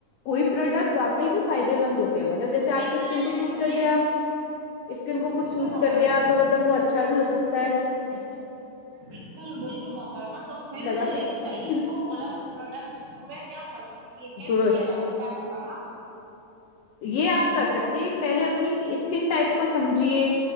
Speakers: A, on the left; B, on the right.
A: کوئی پروڈکٹ بکے نہیں تو فائدے مند ہوتے مطلب جیس
B: دکچا
A: آپ کی اسکن کو
B: لے
A: سوٹ
B: لی انہیں
A: کر گیا اسکن کو کچھ
B: بالکل
A: سوٹ
B: محترما
A: کر گیا تو مطلب وہ اچھا اچھا بھی ہو سکتا ہے
B: بالکل بالکل مو ترما تو پھر
A: لگا
B: صحیح
A: کے
B: تو غلط پروڈکٹس میں کیا فرق کی کیسے
A: درست
B: کیا جا سکتا ہے محترما
A: یہ آپ کر سکتے ہیں پہلے اپنی اسکن ٹائپ کو سمجھیے